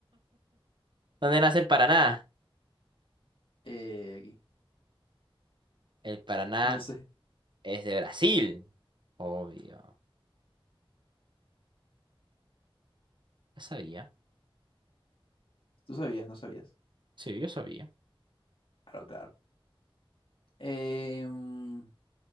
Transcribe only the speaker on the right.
¿Dónde nace el Paraná?
El Paraná
es de Brasil. Obvio. Yo sabía.
Sí, yo sabía.